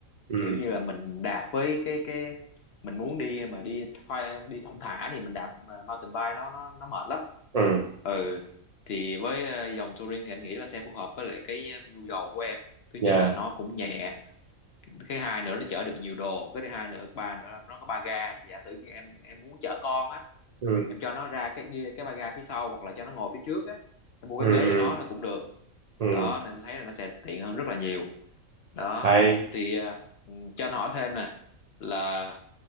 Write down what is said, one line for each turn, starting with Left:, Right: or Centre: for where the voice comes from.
Right: ừ
Left: kiểu như là mình đạp với cái cái mình muốn đi mà đi thoai- đi thong thả thì mình đạp à, mountain bike nó nó nó mệt lắm
Right: ừ
Left: ừ thì với ờ, dòng touring thì anh nghĩ là sẽ phù hợp với lại cái ờ, nhu cầu của em thứ
Right: dạ
Left: nhất là nó cũng nhẹ cái hai nữa nó chở được nhiều đồ cái thứ hai nữa ba nữa là nó có ba ga giả sử như em em muốn chở con á
Right: ừ
Left: em cho nó ra cái ghê cái ba ga phía sau hoặc là cho nó ngồi phía trước á em mua
Right: ừ
Left: cái ghế
Right: ừ
Left: cho nó là cũng được
Right: ừ
Left: đó nên thấy là nó sẽ tiện hơn rất là nhiều đó
Right: hay
Left: thì ờ, ừ, cho anh hỏi thêm nè là